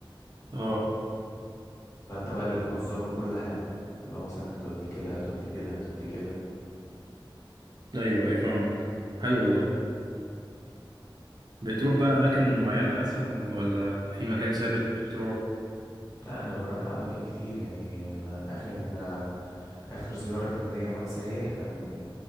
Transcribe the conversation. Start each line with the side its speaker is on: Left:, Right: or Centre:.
Right: اه
Left: فانت بقى اللي بتنظم له كل حاجة اللي هو مثلا هتوديه كده هتوديه كده هتوديه كده
Right: ايوه ايوه فاهمك حلو والله بتروح بقى اماكن معينة مثلا ولا في مكان ثابت بتروحه
Left: لا انا بروح اماكن كتير يعني انا اخر مم. آه، اخر زيارة كان ليا مع سايح كان